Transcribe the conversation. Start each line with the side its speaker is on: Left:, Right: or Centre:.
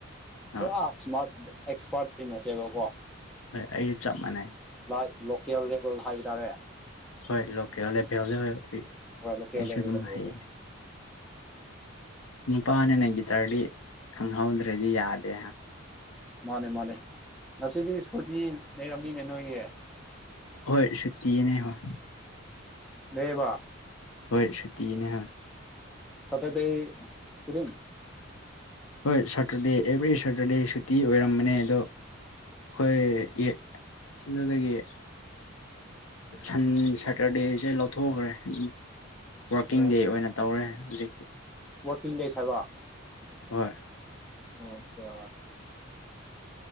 Left: ꯍꯣꯏ
Centre: ꯄꯨꯔ ꯢꯁꯃꯥꯠ ꯑꯦꯛꯁꯄꯥꯔꯠꯀꯤ ꯅꯠꯇꯦꯕꯀꯣ
Left: ꯍꯣꯏ ꯑꯩꯒ ꯆꯞ ꯃꯥꯟꯅꯩ
Centre: ꯂ ꯂꯣꯀꯦꯜ ꯂꯦꯕꯦꯜ ꯍꯥꯏꯕ ꯇꯥꯔꯦ
Left: ꯍꯣꯏ ꯂꯣꯀꯦꯜ ꯂꯦꯚꯦꯜ ꯍꯣꯏ ꯑꯩꯁꯨ
Centre: ꯍꯣꯏ ꯂꯣꯀꯦꯜ ꯂꯦꯚꯦꯜꯗ
Left: ꯑꯗꯨꯝ
Centre: ꯂꯩꯌꯦ
Left: ꯍꯥꯏꯌꯦ ꯅꯨꯄꯥꯅꯤꯅ ꯒꯤꯇꯔꯗꯤ ꯈꯪꯍꯧꯗ꯭ꯔꯗꯤ ꯌꯥꯗꯦ
Centre: ꯃꯥꯅꯦ ꯃꯥꯅꯦ ꯉꯁꯤꯗꯤ ꯁꯨꯇꯤ ꯂꯩꯔꯝꯅꯤꯅꯦ ꯅꯣꯏꯒꯤ
Left: ꯍꯣꯏ ꯁꯨꯇꯤꯅꯦ ꯍꯣꯏ
Centre: ꯂꯩꯌꯦꯕ
Left: ꯍꯣꯏ ꯁꯨꯇꯤꯅꯦ ꯍꯣꯏ
Centre: ꯁꯇꯥꯔꯗꯦ ꯈꯨꯗꯤꯡ
Left: ꯍꯣꯏ ꯁꯇꯔꯗꯦ ꯑꯦꯕ꯭ꯔꯤ ꯁꯇꯔꯗꯦ ꯁꯨꯇꯤ ꯑꯣꯏꯔꯝꯕꯅꯦ ꯑꯗꯣ ꯑꯩꯈꯣꯏ ꯌꯦ ꯑꯗꯨꯗꯒꯤ ꯁꯟ ꯁꯦꯇꯔꯗꯦꯁꯦ ꯂꯧꯊꯣꯛꯈ꯭ꯔꯦ ꯑꯗꯨꯝ ꯋꯥꯔꯀꯤꯡ
Centre: ꯑꯣꯀꯦ
Left: ꯗꯦ ꯑꯣꯏꯅ ꯇꯧꯔꯦ ꯍꯧꯖꯤꯛꯇꯤ
Centre: ꯋꯥꯛꯀꯤꯡ ꯗꯦꯁ ꯍꯥꯏꯕ
Left: ꯍꯣꯏ
Centre: ꯑꯆꯥ